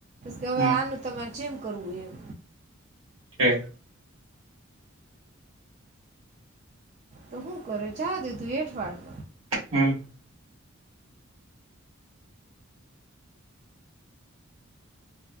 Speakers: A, on the right; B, on the right.
A: તે અવ
B: હમ
A: આનું તમારે જેમ કરવુ એમ
B: હે
A: તો હું કરે જાવા દીધું એઠવાડ
B: હું